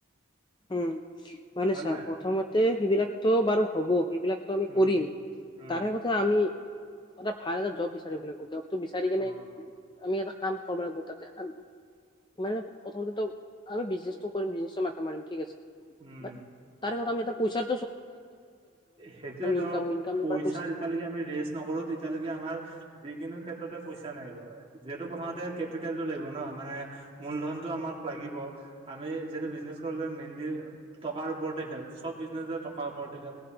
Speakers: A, on the left; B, on the right.
A: উম, মানে চা
B: নে নাই
A: প্ৰথমতে সেইবিলাকতো বাৰু হ'ব, আও সেইবিলাক <unintelligible>
B: উম
A: কৰিম,
B: উম
A: তাৰে কথা আমি এটা ভাল এটা জব বিচাৰিব লাগিব। জবটো বিচাৰি কেনে
B: অ
A: আমি এটা কাম কৰিব লাগিব তাতে আম মানে প্ৰথমতে আমি বিজনেচটো কৰিম বিজনেচটো মাথা মাৰিম ঠিক আছে।
B: উম
A: বাত তাৰে কথা আমি এটা কৈছাত
B: সেইটোয়ে ধ
A: ইনকাম ইনকামৰ
B: পইচা
A: পৰা
B: যেতিয়ালৈকে আমি ৰেজ নকৰোঁ তেতিয়ালৈকে আমাৰ হে যিকোনো ক্ষেত্ৰতে পইচা নাহিব, যিহেতু প্ৰথমতে কেপিটেলটো লাগিব ন? মূ্লধনটো আমাক লাগিব, আমি যিহেতু বিজনেজ কৰিলে মেইনলী টকাৰ ওপৰতে খেল, চব বিজনেজে টকাৰ ওপৰতে খেল।